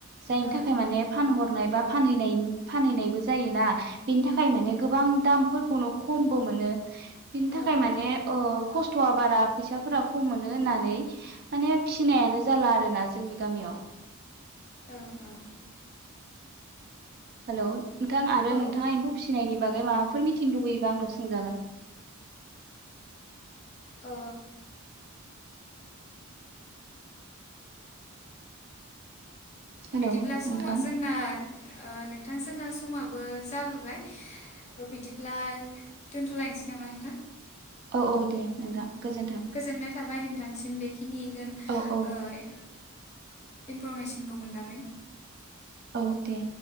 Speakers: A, on the right; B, on the left.
A: जायनि
B: ओं
A: थाखाय माने फानहरनाय बा फानहैनाय फानहैनायबो जायोना बेनि थाखाय माने गोबां दामफोरखौनो खमबो मोनो। बिनि थाखाय
B: ओं औ
A: माने ओ खस्थ'आ बारा फैसाफोरा खम मोनो होननानै माने फिनायानो जाला आरो ना जोंनि गामियाव।
B: ओं ओं
A: हेल' नोंथां आरो
B: औ
A: नोंथाङा एम्फौ फिसिनायनि बागै माबाफोर मिथिनो लुबैयोबा आंनाव सोंजागोन।
B: ओ
A: हेलौ
B: बिदिब्ला समाव
A: नोंथां
B: जोंना नोंथां जोंना समाबो जाबोबाय औ बिदिब्ला दोन्थ'लायनोसै नामा नोंथां?
A: औ औ दे नोंथां गोजोन्थों।
B: गोजोननाय थाबाय नोंथांसिम बेखिनि गोन
A: औ औ
B: ओ ए इनफरमेसनखौ मोननानै।
A: औ दे।